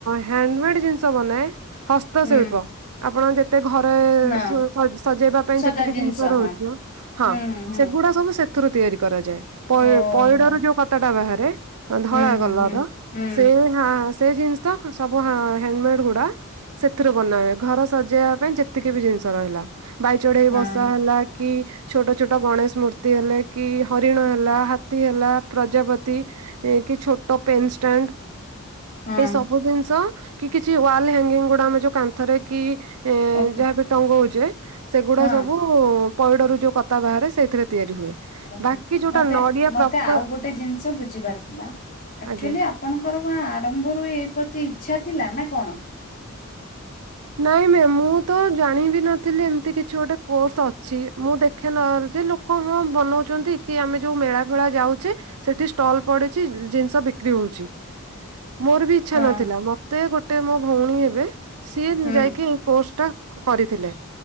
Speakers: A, on the right (about 85°); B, on the left (about 35°).
A: ହ୍ୟାଣ୍ଡମେଡ ଜିନିଷ ବନାଏ ହସ୍ତଶିଳ୍ପ
B: ହୁଁ
A: ଆପଣ ଯେ ମତେ ଘରେ
B: ହଁ
A: ସ ସଜେଇବା ପାଇଁ
B: ସଜା
A: ଯେତିକି ଜିନିଷ ରହୁଛି
B: ହଁ
A: ତେ ହଁ
B: ହୁଁ ହୁଁ ହୁଁ
A: ସେଗୁଡା ସବୁ ସେଥିରୁ ତିଆରି କରାଯାଏ ପ
B: ଓହୋ
A: ପଇଡ ର ଯୋଉ କତାଟା ବାହାରେ ଧଳା
B: ହୁଁ ହୁଁ
A: କଲର
B: ହୁଁ ହୁଁ
A: ସେ ହ ସେ ଜିନିଷ ତ ହ ସବୁ ହାଣ୍ଡମେଡ ଗୁଡା ସେଥିରୁ ବନା ହଏ ଘର ସଜେଇବା ପାଇଁ ଯେତିକି ବି ଜିନିଷ ରହିଲା। ବାଇଚଢେଇ
B: ହଁ
A: ବସା ହେଲା କି? ଛୋଟ ଛୋଟ ଗଣେଶ ମୂର୍ତ୍ତି ହେଲେ କି ହରିଣ ହେଲା ହାତୀ ହେଲା। ପ୍ରଜାପତି ଏ କି ଛୋଟ ପେନଷ୍ଟାଣ୍ଡ
B: ହଁ
A: ଏଇ ସବୁ ଜିନିଷ କି କିଛି ୱାଲ ହ୍ୟାଙ୍ଗିଙ୍ଗ ଗୁଡା ଆମେ ଯୋଉ କାନ୍ଥରେ କି ଏ
B: ଓକେ
A: ଯାହାବି ଟଙ୍ଗଉଛେ ସେଗୁଡା
B: ହଁ
A: ସବୁ ପଇଡରୁ ଯୋଉ କତା ବାହାରେ ସେଇଥିରେ ତିଆରି ହୁଏ।
B: ଓକେ
A: ବାକି ଯୋଉଟା
B: ମତେ
A: ନଡିଆ
B: ମତେ
A: ପ୍ରପର
B: ଆଉ ଗୋଟେ ଜିନିଷ ବୁଝି ପାରଥିଲା ଅଛୁଆଲି
A: ଆଜ୍ଞା
B: ଆପଣଙ୍କର ଗ ଆରମ୍ଭରୁ ଏଇ ପ୍ରତି ଇଚ୍ଛା ଥିଲା ନା କଣ?
A: ନାଇଁ ମ୍ୟାମ୍ ମୁଁ ତ ଜାଣିବି ନଥିଲି ଏମିତି କିଛି ଗୋଟେ କୋର୍ସ ଅଛି ମୁଁ ଦେଖେ ନହେ ଯେ ଲୋକ ହଁ ବନଉଛନ୍ତି କି ଆମେ ଯୋଉ ମେଳା ଫେଳା ଯାଉଛେ ସେଠି ଷ୍ଟଲ ପଡିଛି ଜିନିଷ ବିକ୍ରି ହଉଛି। ମୋର ବି ଇଚ୍ଛା
B: ହଁ
A: ନଥିଲା ମତେ ଗୋଟେ ମୋ ଭଉଣୀ ହେବେ ସିଏ
B: ହୁଁ
A: ଯାଇକି କୋର୍ସ ଟା କରିଥିଲେ